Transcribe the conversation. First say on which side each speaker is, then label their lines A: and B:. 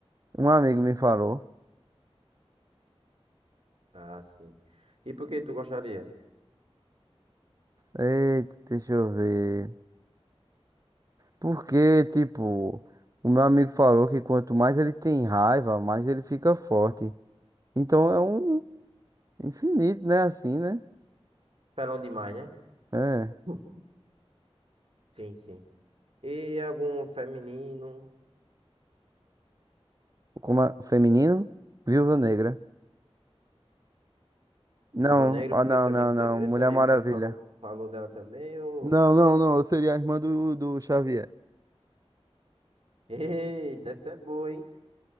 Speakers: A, on the right; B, on the right.
A: Um amigo me falou.
B: Ah, sim. E por que tu gostaria?
A: Eita, deixa eu ver. Porque, tipo, o meu amigo falou que quanto mais ele tem raiva, mais ele fica forte. Então é um infinito, né? Assim, né?
B: Pelão demais, né?
A: É.
B: <laughs> Sim, sim. E algum feminino,
A: Como é? Feminino? Viúva Negra.
B: Viúva
A: Não,
B: Negra,
A: ah,
B: porque
A: não,
B: esse
A: não,
B: amigo,
A: não.
B: te-
A: Mulher
B: esse amigo
A: Maravilha.
B: teu falou, falou dela também, ô.
A: Não, não, não. Eu seria a irmã do, do Xavier.
B: Eita, essa é boa, hein?